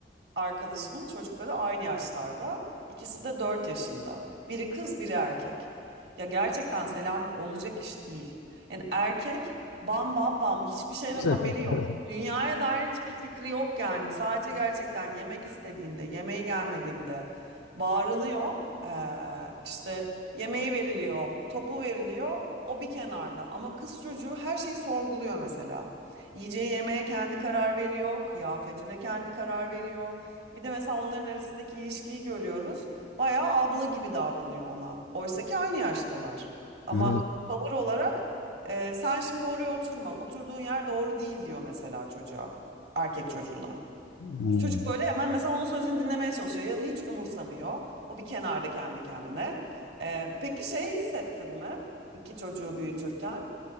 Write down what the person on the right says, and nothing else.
arkadaşımın çocukları aynı yaşlarda. İkisi de 4 yaşında. Biri kız, biri erkek. Ya gerçekten selam olacak iş değil. Yani erkek bam bam bam hiçbir şeyden
haberi yok. Dünyaya dair hiçbir fikri yok yani. Sadece gerçekten yemek istediğinde, yemeğe gelmediğinde bağırınıyor. Ee, işte yemeği veriliyor, topu veriliyor. O bir kenarda. Ama kız çocuğu her şeyi sorguluyor mesela. Yiyeceği yemeğe kendi karar veriyor, kıyafetine kendi karar veriyor. Bir de mesela onların arasındaki ilişkiyi görüyoruz. Bayağı abla gibi davranıyor ona. Oysa ki aynı yaştalar. Ama
tavır olarak e, sen şimdi oraya oturma. Oturduğun yer doğru değil diyor mesela çocuğa. Erkek çocuğuna.
Çocuk böyle hemen mesela onun sözünü dinlemeye çalışıyor ya da hiç umursamıyor. O bir kenarda kendi kendine. E, peki şey hissettin mi? İki çocuğu büyütürken